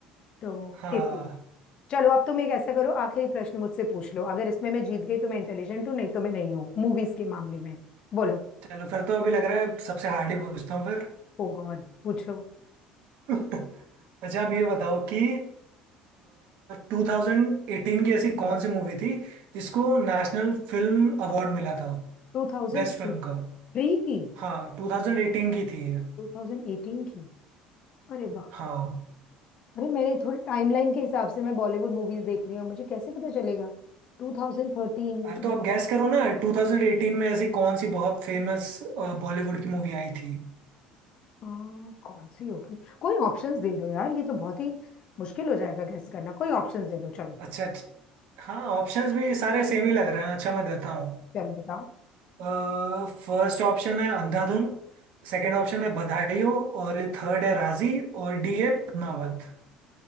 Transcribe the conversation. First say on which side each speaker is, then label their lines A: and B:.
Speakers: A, on the left (about 35°); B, on the right (about 60°).
A: तो
B: हाँ
A: इसलिए चलो अब तुम एक ऐसा करो आखिरी प्रश्न मुझसे पूछ लो अगर इसमें मैं जीत गई तो मैं इंटेलिजेंट हूँ नहीं तो मैं नहीं हूँ मूवीज के मामले में बोलो
B: चलो फिर तो अभी लग रहा है सबसे हार्ड ही पूछता हूँ फिर
A: ओ गॉड पूछो
B: <laughs> अच्छा आप ये बताओ कि टू थाउजेंड एटीन की ऐसी कौन सी मूवी थी जिसको नेशनल फिल्म अवार्ड मिला था
A: 2003
B: बेस्ट फिल्म का
A: की
B: हाँ 2018 की थी ये
A: 2018 की अरे बाप
B: हाँ
A: रे अरे मैंने थोड़ी टाइमलाइन के हिसाब से मैं बॉलीवुड मूवीज देख रही हूँ मुझे कैसे पता चलेगा 2013 ये
B: यार
A: तो बहुत
B: तो आप गैस करो ना 2018 में ऐसी कौन सी बहुत फेमस बॉलीवुड की मूवी आई थी
A: आ, कौन सी होगी कोई ऑप्शंस दे दो यार ये तो बहुत ही मुश्किल हो जाएगा गैस करना कोई ऑप्शंस दे दो चलो
B: अच्छा ठ- हाँ ऑप्शंस भी सारे सेम ही लग रहे हैं अच्छा मैं देता हूँ
A: चलो बताओ
B: फर्स्ट ऑप्शन है अंधाधुन सेकंड ऑप्शन है बधाई हो और थर्ड है राजी और डी है पद्मावत